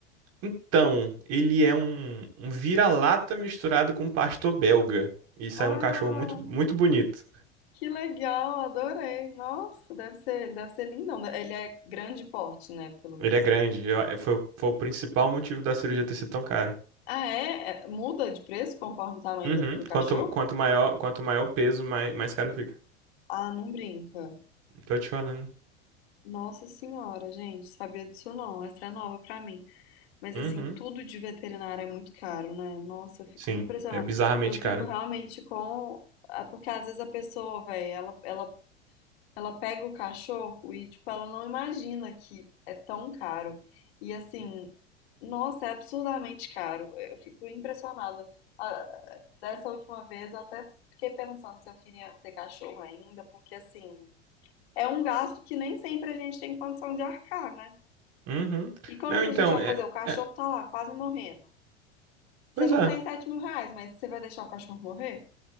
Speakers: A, on the right; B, on the left.
A: Então, ele é um, um vira-lata misturado com um pastor belga. E saiu
B: Ah,
A: um cachorro muito, muito bonito.
B: que legal, adorei. Nossa, deve ser, deve ser lindão. né? Ele é grande porte, né? Pelo
A: Ele
B: visto.
A: é grande. Eu- eh, foi, foi o principal motivo da cirurgia ter sido tão cara.
B: Ah, é? É- Muda de preço conforme o tamanho
A: Uhum.
B: do, do cachorro?
A: Quanto, quanto maior, quanto maior o peso, mais, mais caro fica.
B: Ah, não brinca.
A: Tô te falando.
B: Nossa senhora, gente, sabia disso não. Essa é nova pra mim. Mas
A: Uhum.
B: assim, tudo de veterinário é muito caro, né? Nossa, eu fico
A: Sim,
B: impressionada.
A: é bizarramente
B: Eu fico
A: caro.
B: realmente com. ah, Porque às vezes a pessoa, velho, ela, ela, ela pega o cachorro e, tipo, ela não imagina que é tão caro. E assim, nossa, é absurdamente caro. Eu fico impressionada. Ah, Dessa última vez eu até fiquei pensando se eu queria ter cachorro ainda, porque assim, é um gasto que nem sempre a gente tem condição de arcar, né?
A: Uhum.
B: E como
A: Não, então,
B: que a gente vai
A: é,
B: fazer? O cachorro
A: é-
B: tá lá, quase morrendo. Você
A: pois
B: não
A: é.
B: tem sete mil reais, mas você vai deixar o cachorro morrer?